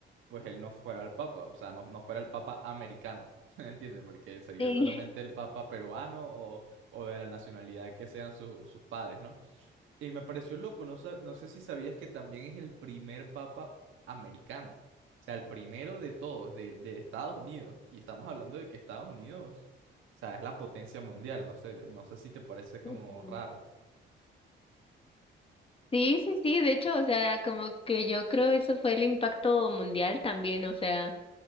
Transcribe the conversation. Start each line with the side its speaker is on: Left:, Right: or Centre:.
Right: pues él no fuera el papa, o sea, no, no fuera el papa americano, <laughs> ¿entiendes? Porque sería
Left: Sí.
Right: solamente el papa peruano o, o de la nacionalidad que sean su- sus padres, ¿no? Y me pareció loco, no, sa- no sé si sabías que también es el primer papa americano, o sea, el primero de todos, de, de Estados Unidos, y estamos hablando de que Estados Unidos, o sea, es la potencia mundial, no sé, no sé si te parece como
Left: <laughs>
Right: raro.
Left: Sí, sí, sí, de hecho, o sea, como que yo creo eso fue el impacto mundial también, o sea,